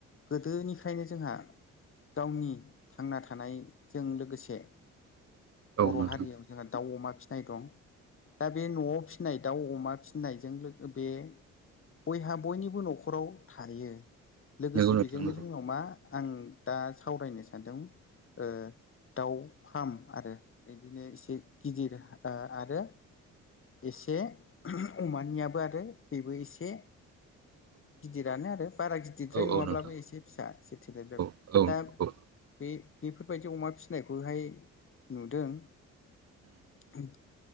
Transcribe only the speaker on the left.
गोदोनिफ्रायनो जोंहा गावनि थांना थानायजों लोगोसे बर'
हारियाव
जोंहा दाउ, अमा फिसिनाय दं। दा बे न'आव फिनाय दाउ अमा फिनायजों लोगो बे बयहा बयनिबो न'खराव थायो। लोगोसे
बेजोंनो
जोंनाव मा आं दा सावरायनो सानदों ओ दाउ फार्म आरो इदिनो एसे गिदिर आरो एसे अमानियाबो आरो बेबो एसे गिदिरानो आरो बारा गिदिरद्राय
नङाब्लाबो
एसे फिसा एसे थेलेब लेब।
दा
बे बेफोरबायदि अमा फिनायखौहाय नुदों। ओ